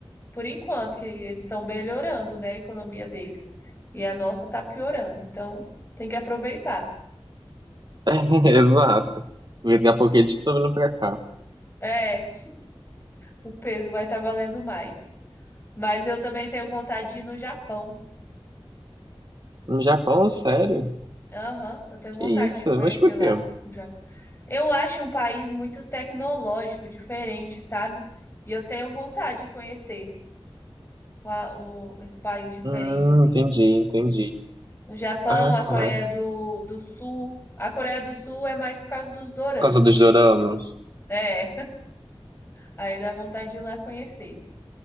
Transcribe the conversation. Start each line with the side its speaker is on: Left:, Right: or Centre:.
Left: por enquanto, que eles estão melhorando, né, a economia deles. E a nossa tá piorando. Então, tem que aproveitar.
Right: <laughs> É, Exato. Porque Daqui a pouco eles estão vindo pra cá.
Left: É, o peso vai estar valendo mais. Mas eu também tenho vontade de ir no Japão.
Right: No Japão, sério?
Left: Aham, eu tenho
Right: Que
Left: vontade
Right: isso?
Left: de conhecer
Right: Mas por
Left: lá
Right: quê?
Left: o Japão. Eu acho um país muito tecnológico, diferente, sabe? E eu tenho vontade de conhecer lá o- esse país diferente,
Right: Hum,
Left: assim.
Right: entendi, entendi.
Left: O Japão,
Right: Ah,
Left: a Coreia
Right: tá.
Left: do, do Sul. A Coreia do Sul é mais por causa dos doramas.
Right: Por causa dos doramas.
Left: É. Aí dá vontade de ir lá conhecer.